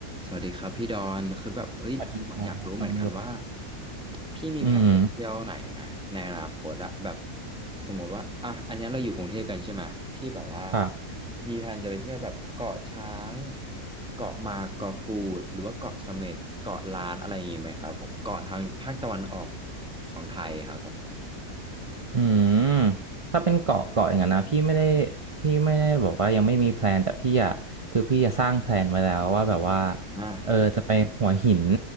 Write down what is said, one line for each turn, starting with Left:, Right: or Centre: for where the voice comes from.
Centre: สวัสดีครับพี่ดอนคือแบบเอ้ยผมอะอยากรู้เหมือนกันว่า
Right: สวัสดีครับน้องโย
Centre: พี่มีแผนจะเที่ยวไหนไหมในอนาคตอะแบบ
Right: อืม
Centre: สมมติว่าอ่ะอันเนี้ยเราอยู่กรุงเทพกันใช่ไหมพี่แบบว่า
Right: ครับ
Centre: มีแผนจะไปเที่ยวแบบเกาะช้างเกาะมาเกาะกูดหรือว่าเกาะเสม็ดเกาะล้านอะไรอย่างงี้ไหมครับผมเกาะทางภาคตะวันออกของไทยครับผม
Right: อืมถ้าเป็นเกาะเกาะอย่างนั้นนะพี่ไม่ได้พี่ไม่ได้บอกว่ายังไม่มีแพลนแต่พี่อะคือพี่จะสร้างแพลนไว้แล้วว่าแบบว่า
Centre: อ่ะ
Right: เออจะไปหัวหิน